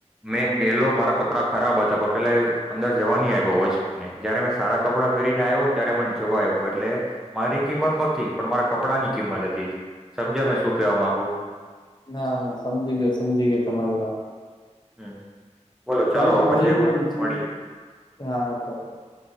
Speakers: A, in the centre; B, on the left (about 35°).
A: મેં ગેલો મારા કપડાં ખરાબ હતા પણ પેલા અંદર જવા નઈ આવ્યો હોને જયારે મેં સારા કપડાં પહેરીને આવ્યો ત્યારે મને જોવા આવ્યું એટલે મારી કિંમત નહોતી પણ મારા કપ કપડાની કિંમત હતી કેવા માંગુ
B: ના હું સમજી ગયો સમજી ગયો તમારી વાત
A: હમ બોલો
B: ચાલો મળીએે
A: પછી એવું
B: તો પછી
A: મળીએ
B: હા ચોક્ક